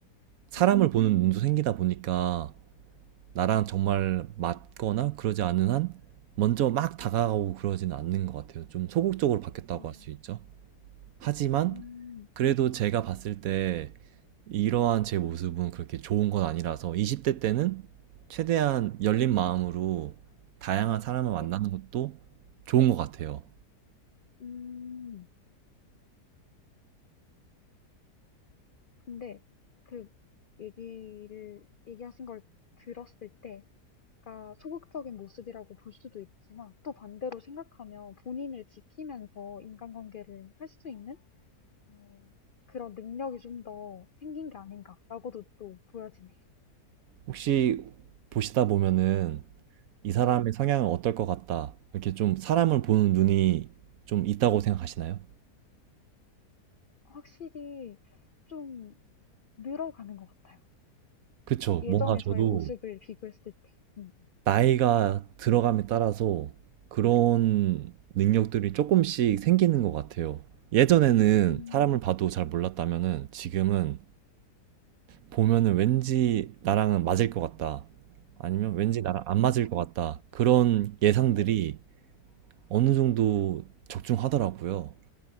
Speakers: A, on the right (about 70°); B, on the left (about 85°).
A: 사람을
B: 음,
A: 보는 눈도 생기다 보니까 나랑 정말 맞거나 그러지 않은 한 먼저 막 다가가고 그러지는 않는 것 같아요. 좀 소극적으로 바뀌었다고
B: 어,
A: 할 수 있죠. 하지만
B: 음,
A: 그래도 제가 봤을 때 이러한 제 모습은 그렇게 좋은 건 아니라서 20대 때는 최대한 열린 마음으로 다양한 사람을 만나는
B: 네,
A: 것도 좋은 것 같아요.
B: 음. 근데 그 얘기를, 얘기하신 걸 들었을 때, 그러니까 소극적인 모습이라고 볼 수도 있지만, 또 반대로 생각하면 본인을 지키면서 인간관계를 할 수 있는 어, 그런 능력이 좀 더 생긴 게 아닌가라고도 또 보여지네요.
A: 혹시 보시다 보면은 이 사람의
B: 근데
A: 성향은 어떨 것 같다. 이렇게 좀 사람을 보는 눈이 좀 있다고 생각하시나요?
B: 확실히 좀 늘어가는 것 같아요.
A: 그쵸.
B: 예전에
A: 뭔가 저도
B: 저의 모습을 비교했을 때. 음,
A: 나이가 들어감에 따라서 그런 능력들이 조금씩 생기는 것 같아요. 예전에는
B: 음,
A: 사람을 봐도 잘 몰랐다면은 지금은 보면은 왠지 나랑은 맞을 것 같다. 아니면 왠지 나랑 안 맞을 것 같다. 그런 예상들이
B: 네.
A: 어느 정도 적중하더라고요.